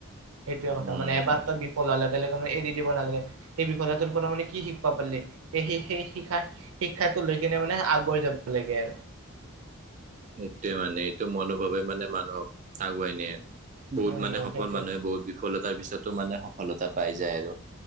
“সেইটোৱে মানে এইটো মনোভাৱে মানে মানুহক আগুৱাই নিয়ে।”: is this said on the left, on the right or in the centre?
Right